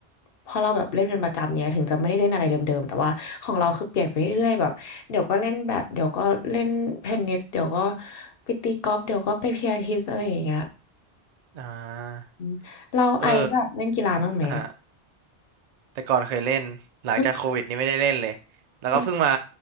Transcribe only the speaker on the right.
อ่า
เอออ่าฮะแต่ก่อนเคยเล่นหลังจากโควิดนี้ไม่ได้เล่นเลยแล้วก็เพิ่งมา